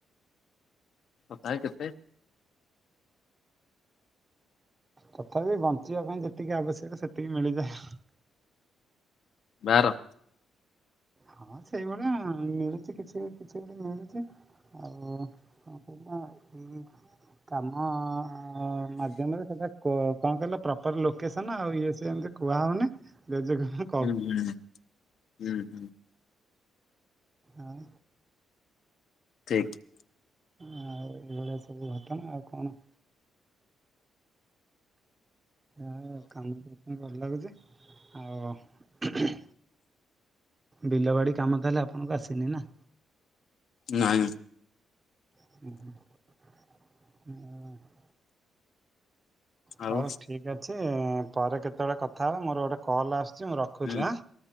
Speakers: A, on the left (about 60°); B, on the right (about 20°).
A: ତଥାପି କେତେ?
B: ତଥାପି ବଞ୍ଚିବା ପାଇଁ ଯେତିକି ଆବଶ୍ୟକ ସେତିକି ମିଳିଯାଏ ଆଉ।
A: ବାର।
B: ହଁ ସେଇଭଳିଆ ମିଳୁଛି କିଛି କିଛି ଗୋଟେ ମିଳୁଚି। ଆଉ କଣ କଇଲ ଏଇ କାମ ହଁ ମାଧ୍ୟମରେ ସେଇଟା କ କଣ କହିଲ ପ୍ରପର ଲୋକେସନ ଆଉ ଇଏ ସିଏ ଏମିତି କୁହା ହଉନି ଜେଜେକୁ ହୁଁ
A: ଉଁ ହୁଁ ହୁଁ ହୁଁ।
B: ଆଉ
A: ଠିକ।
B: ଆଉ ଏଇଭଳିଆ ସବୁ ଘଟଣା ଆଉ କଣ? ଆଉ କାମ କରୁଚନ୍ତି ଭଲ ଲାଗୁଛି ଆଉ ହୁଁ ହୁଁ ବିଲବାଡ଼ି କାମ ତାହେଲେ ଆପଣଙ୍କୁ ଆସେନି ନା।
A: ନାଇଁ।
B: ଉଁ ହୁଁ ଆଉ ହଉ
A: ଆଉ
B: ଠିକ୍ ଅଛି ପରେ କେତେବେଳେ କଥା ହେବା। ମୋର ଗୋଟେ କଲ୍ ଆସୁ ଚି ମୁଁ ରଖୁଚି
A: ହୁଁ
B: ଆଁ